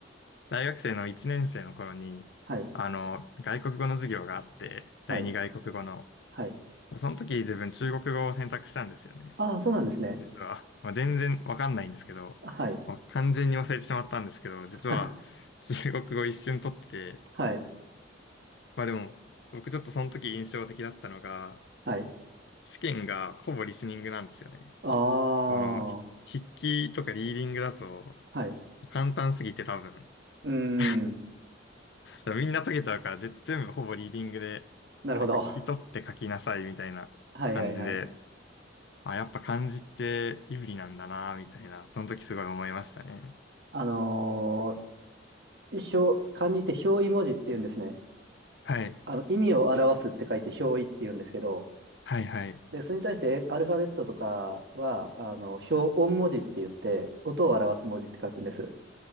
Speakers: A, on the left (about 65°); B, on the right (about 60°).
A: 大学生の1年生の頃に、
B: はい。
A: あの、外国語の授業があって、
B: はい。
A: 第二外国語の。
B: はい。
A: その時自分中国語を選択したんですよね。
B: ああ、そうなんですね。
A: 実は、まあ、全然わかんないんですけど、
B: はい。
A: まあ、完全に忘れてしまったんですけど、
B: <laughs>
A: 実は中国語一瞬取ってて、
B: はい。
A: まあでも、僕ちょっとその時印象的だったのが、
B: はい。
A: 試験がほぼリスニングなんですよね。
B: ああ、
A: その、
B: は
A: 筆記とかリーディングだと
B: い。
A: 簡単すぎて多分
B: うー
A: <laughs>
B: ん。
A: あ、みんな解けちゃうからぜ全部ほぼリーディングで、
B: なるほど。
A: なんか聞き取って書きなさいみたいな感じで、
B: はいはいはい。
A: あ、やっぱ漢字って有利なんだな、みたいな、その時すごい思いましたね。
B: あのー、表、漢字って表意文字って言うんですね。
A: はい。
B: あの、意味を表すって書いて表意って言うんですけど、
A: はい、はい。
B: で、それに対してアルファベットとかは、あの、表音文字って言って、音を表す文字って書くんです。